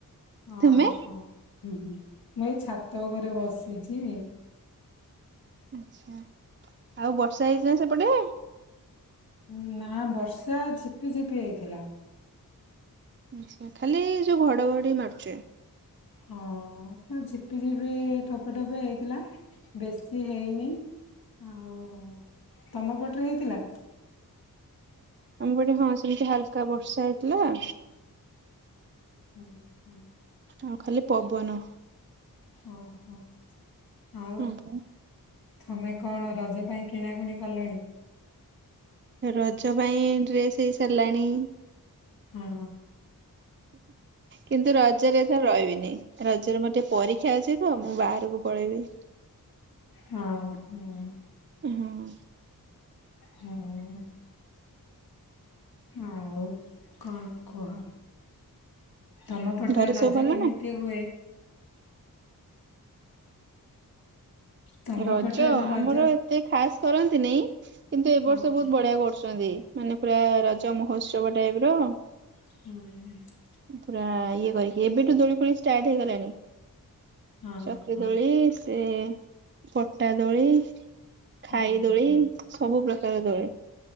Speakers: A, on the left; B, on the right.
A: ହଁ
B: ତୁମେ?
A: ହୋ ହଁ ହୁଁ ମୁଁ ଏଇ ଛାତ ଉପରେ ବସିଛି।
B: ଆଛା ଆଉ ବର୍ଷା ହେଇଛିନା ସେପଟେ?
A: ହୁଁ ନା ବର୍ଷା ଝିପି ଝିପି ହେଇଥିଲା।
B: ଆଛା ଖାଲି ଯୋଉ ଘଡ଼ଘଡ଼ି ମାରୁଚି।
A: ହଁ ନା ଝିପି ଝିପି ଟୋ ଟୋପେ ଟୋପେ ହେଇଥିଲା ବେଶୀ ହେଇନି ଆଉ ତମ ପଟରେ ହେଇଥିଲା?
B: ଆମପଟେ ହଁ ସେମିତି ହାଲକା ବର୍ଷା ହେଇଥିଲା।
A: ହୁଁ ହୁଁ।
B: ଆଉ ଖାଲି ପବନ।
A: ଉଁ ହୁଁ ଆଉ।
B: ହଁ ପା।
A: ତମେ କଣ ରଜ ପାଇଁ କିଣାକିଣି କଲଣି?
B: ରଜ ପାଇଁ ଡ୍ରେସ୍ ହେଇ ସାରିଲାଣି।
A: ହଁ
B: କିନ୍ତୁ ରଜରେ ରହିବିନି ରଜରେ ମୋର ଟିକେ ପରୀକ୍ଷା ଅଛି ତ ମୁଁ ବାହାରକୁ ପଳେଇବି।
A: ହଁ ହୁଁ।
B: ହୁଁ।
A: ହୁଁ। ଆଉ କଣ କୁହ? ତମ ପଟରେ
B: ଘରେ
A: ରଜ
B: ସବୁ ଭଲ
A: କେମିତି
B: ନା?
A: ହୁଏ? ତମ
B: ରଜ
A: ପଟରେ ରଜ
B: ଆମର ଏତେ ଖାସ କରନ୍ତି ନାଇଁ କିନ୍ତୁ ଏ
A: ହଁ
B: ବର୍ଷ ବୋହୁତ ବଢିଆ କରୁଛ ଛନ୍ତି ମାନେ ପୁରା ରଜ ମହୋତ୍ସବ ଟାଇପିର
A: ହୁଁ।
B: ପୁରା ଇଏ କରିକି ଏବେଠୁ ଦୋଳି ଫୋଳି ଷ୍ଟାର୍ଟ ହେଇଗଲାଣି।
A: ହଁ
B: ଚକିରି
A: ହଁ
B: ଦୋଳି ସେ ପଟା ଦୋଳି
A: ହଁ
B: ଖାଇ ଦୋଳି
A: ହଁ
B: ସବୁ ପ୍ରକାର ଦୋଳି।